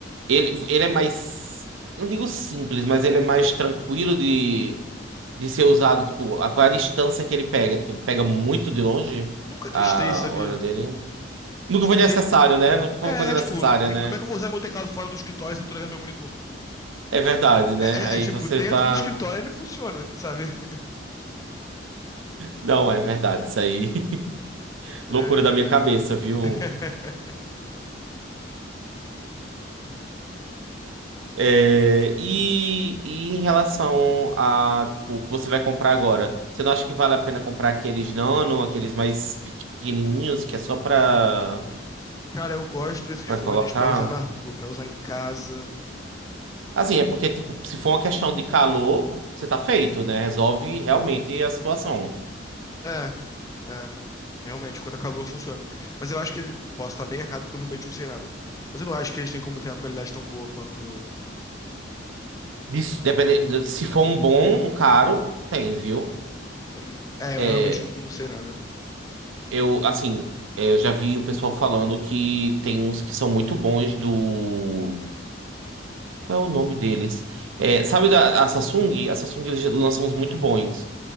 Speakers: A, on the right; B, on the left.
A: ele, ele é mais, não digo simples, mas ele é mais tranquilo de, de ser usado, tipo, a qual é a distância que ele pega? Tipo, pega muito de longe
B: nunca testei,
A: a
B: sabia?
A: hora dele? Nunca
B: Tipo,
A: foi necessário,
B: de...
A: né? Nunca foi
B: é,
A: uma coisa necessária,
B: tipo, como
A: né?
B: como é que eu vou usar meu teclado fora do escritório se eu não tô levando meu monitor?
A: É verdade, né?
B: É,
A: Aí
B: é- é, tipo,
A: você
B: dentro
A: tá.
B: do escritório ele funciona, sabe? <laughs>
A: Não, é verdade, isso aí. <laughs>
B: É,
A: Loucura da minha
B: é, cara.
A: cabeça, viu?
B: <laughs>
A: É, E, e em relação a, tipo, o que você vai comprar agora, você não acha que vale a pena comprar aqueles nano, aqueles mais pequenininhos, que é só pra,
B: Cara, eu gosto desses
A: pra
B: fones
A: colocar?
B: pra usar na rua, pra usar em casa.
A: Assim, é porque, tipo, se for uma questão de calor, você tá feito, né? Resolve realmente a situação.
B: É, é. Realmente, quanto a calor funciona. Mas eu acho que ele. Posso estar bem errado, porque eu realmente não sei nada. Mas eu não acho que eles têm como ter uma qualidade tão boa quanto.
A: Isso, depende, se for um bom, um caro, tem, viu?
B: Hum, é, eu
A: É,
B: realmente não sei nada.
A: eu, assim, é, eu já vi o pessoal falando que tem uns que são muito bons do. Qual é o nome deles? É, sabe da a Samsung? A Samsung eles lançam uns muito bons